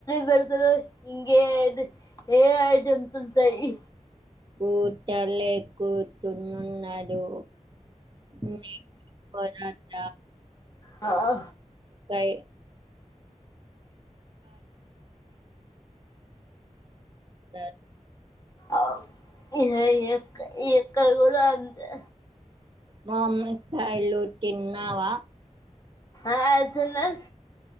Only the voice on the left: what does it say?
బెడతరు ఇింగే అయిదు ఏ అయిటమ్స్ ఉంటయి
ఆ
అవు ఇదె ఎక్క ఎక్కడ కూడ అంతె
ఆ తిన్నాన్